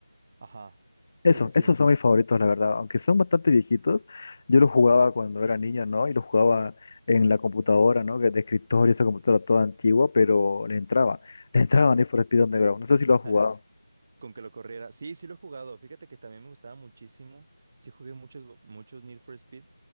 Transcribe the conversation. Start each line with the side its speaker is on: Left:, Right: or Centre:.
Right: Ajá.
Left: Eso,
Right: Sí, sí, sí.
Left: esos son mis favoritos, la verdad. Aunque son bastante viejitos, yo los jugaba cuando era niño, ¿no? Y los jugaba en la computadora, ¿no? Que De escritorio, esa computadora toda antigua, pero le entraba. Le entraba Need for Speed Underground. No sé si lo has
Right: <laughs>
Left: jugado.
Right: Con que lo corriera. Sí, sí lo he jugado. Fíjate que también me gustaba muchísimo. Sí jugué muchos, muchos Need for Speed.